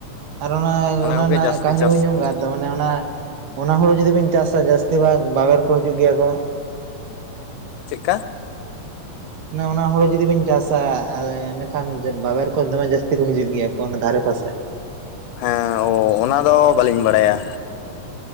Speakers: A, on the right; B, on the left.
A: ᱟᱨ ᱚᱱᱟ ᱚᱱᱟ
B: ᱠᱚᱜᱮ
A: ᱨᱮᱱᱟᱜ
B: ᱡᱟᱹᱥᱛᱤ
A: ᱠᱟᱦᱱᱤ
B: ᱪᱟᱥ
A: ᱵᱤᱱ ᱧᱚᱢ
B: ᱠᱚ
A: ᱠᱟᱜ ᱛᱚ ᱢᱟᱱᱮ ᱚᱱᱟ ᱚᱱᱟ ᱦᱩᱲᱩ ᱡᱩᱫᱤ ᱵᱤᱱ ᱪᱟᱥᱟ ᱡᱟᱹᱥᱛᱤ ᱵᱷᱟᱜ ᱵᱟᱵᱮᱨ ᱠᱚ ᱦᱤᱡᱩᱜ ᱜᱮᱭᱟ ᱠᱚ᱾
B: ᱪᱤᱜ ᱠᱟ?
A: ᱢᱟᱱᱮ ᱚᱱᱟ ᱦᱩᱲᱩ ᱡᱩᱫᱤ ᱵᱤᱱ ᱪᱟᱥᱟ ᱟᱫᱚ ᱮᱸᱰᱮᱠᱷᱟᱱ ᱵᱟᱵᱮᱨ ᱠᱚ ᱫᱚᱢᱮ ᱡᱟᱹᱥᱛᱤ ᱠᱚ ᱦᱤᱡᱩᱜ ᱜᱮᱭᱟ ᱠᱚ ᱚᱱᱟ ᱫᱷᱟᱨᱮ ᱯᱟᱥᱮ᱾
B: ᱦᱮᱸ ᱚᱸ ᱚᱱᱟ ᱫᱚ ᱵᱟᱹᱞᱤᱧ ᱵᱟᱲᱟᱭᱟ᱾